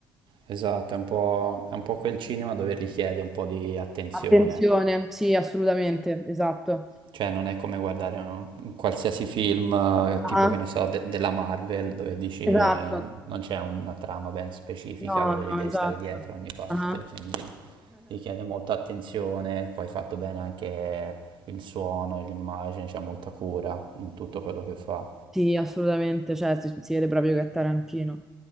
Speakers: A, on the right; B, in the centre.
A: esatto, è un po', è un po' quel cinema dove richiede un po' di attenzione
B: Attenzione, sì, assolutamente, esatto.
A: Cioè, non è come guardare un, un qualsiasi film, eh,
B: Ah,
A: tipo che ne so, de- della Marvel, dove dici
B: esatto.
A: eh, non c'è una trama ben specifica,
B: No,
A: dove
B: no,
A: li devi
B: esatto.
A: stare dietro a ogni parte,
B: Ah,
A: quindi richiede molta attenzione, poi fatto bene anche il suono e l'immagine, c'è molta cura in tutto quello che fa.
B: sì, assolutamente, cioè si, si vede proprio che è Tarantino.